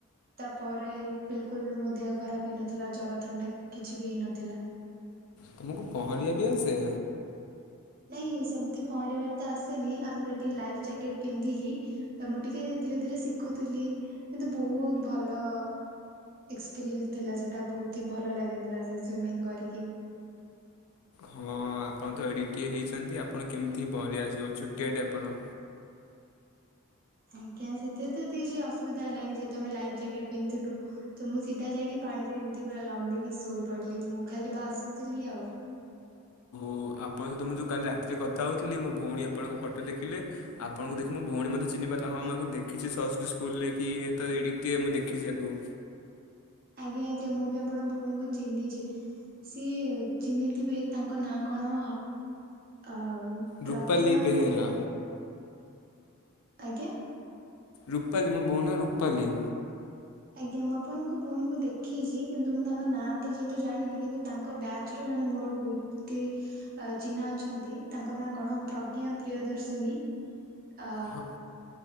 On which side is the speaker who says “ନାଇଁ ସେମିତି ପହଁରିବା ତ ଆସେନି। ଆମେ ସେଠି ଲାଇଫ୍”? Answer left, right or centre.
Right